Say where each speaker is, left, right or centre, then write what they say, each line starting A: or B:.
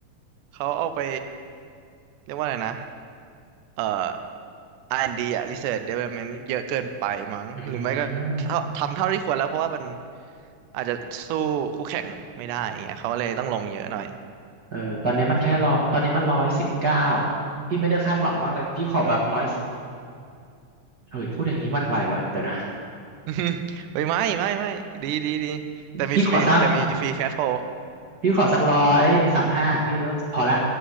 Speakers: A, on the right; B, on the right.
A: เขาเอาไปเรียกว่าอะไรนะเอ่อ R&D อ่ะ Research Development เยอะเกินไปมั้งหรือไม่ก็เท่าทำเท่าที่ควรแล้วเพราะว่ามัน
B: อืม
A: อาจจะสู้คู่แข่งไม่ได้อย่างเงี้ยเขาเลยต้องลงเยอะหน่อย
B: เออ ตอนนี้มันแค่รอตอนนี้มันร้อยสิบเก้าพี่ไม่ได้คาดหวังมากเลยพี่ขอแบบร้อย
A: อืม
B: เฮ้ยพูดอย่างนี้หวันไหววะเดี๋ยวนะ
A: <laughs> อืมเฮ้ยไม่ไม่ไม่ดีดีดีแต่มีฟรีแต่มีฟรีแคทโฟล
B: พี่ขอสัก พี่ขอสักร้อยสามห้าพี่ก็พอละ